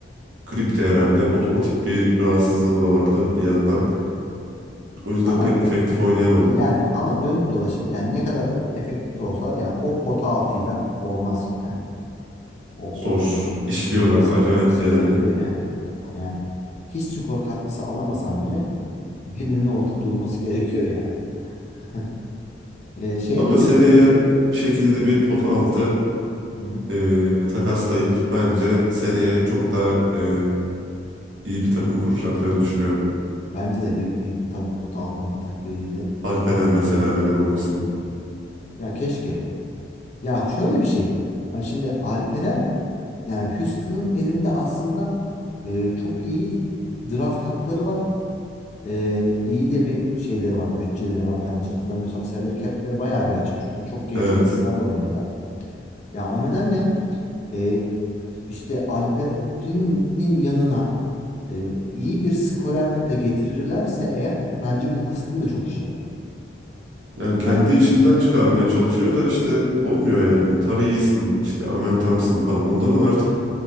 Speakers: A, on the right; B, on the left.
A: gripti herhalde. O, o tip bir rahatsızlığı da vardı bir yandan. O yüzden
B: Ama
A: pek efektif oynayamadı.
B: yani ama dönüp dolaşıp yani ne kadar efektif de olsalar yani o pota altıyla olmaz yani. O
A: Zor.
B: oralarda
A: işliyorlar
B: birinin savunması
A: Acayip yani.
B: gerekiyor yani mutlaka. Yani hiç skor katkısı alamasan bile birinin orada durması gerekiyor yani. <laughs> E, şeye
A: Ama
B: ne
A: seneye
B: diyorsun peki?
A: bir şekilde bir pota altı
B: Hı hı.
A: e, takaslayıp bence seneye çok daha e, iyi bir takım kuracaklarını düşünüyorum.
B: Bence de bir, bir tabii pota altında bir takviyeyle çok
A: Alperen
B: daha iyi
A: mesela
B: bir takım
A: neden
B: olacaklar.
A: olmasın.
B: Ya keşke. Ya şöyle bir şey. Abi şimdi Alperen yani Houston'ın elinde aslında e, çok iyi draft hakları var. E, iyi de bir şeyleri var, bütçeleri var. Yanlış hatırlamıyorsam salary cap'leri bayağı bir açık. Çünkü çok genç
A: Evet.
B: oyuncularla oynuyorlar. Ya o nedenle e, işte Alperen'in yanına e, iyi bir skorer de getirirlerse eğer bence bu Houston da çok iş yapar.
A: Yani
B: Yani
A: kendi içinden çıkarmaya çalışıyor da işte olmuyor yani. Tari Eason, işte Amen Thompson
B: Hı
A: falan
B: hı.
A: onların artık